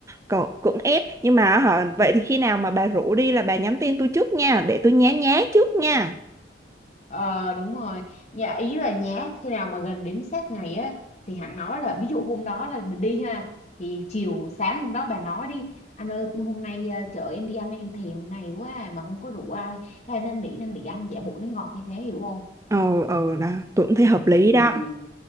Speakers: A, on the right; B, on the left.
A: cỡ- cưỡng ép nhưng mà hả vậy thì khi nào mà bà rủ đi là bà nhắn tin tôi trước nha để tôi nhá nhá trước nha
B: Ờ đúng rồi nhà ý là nhá khi nào mà gần đến sát ngày á thì hẳn nói là ví dụ hôm đó là mình đi ha thì chiều sáng hôm đó bà nói đi anh ơi hôm nay à, chợ em đi ăn em thèm này quá à, mà không có rượu ai hay nên nỉ nên nỉ anh giả bộ nó ngọt như thế hiểu không
A: ờ ừ, ừ đó tôi cũng thấy hợp
B: ừ,
A: lý
B: ừ. ừ.
A: đó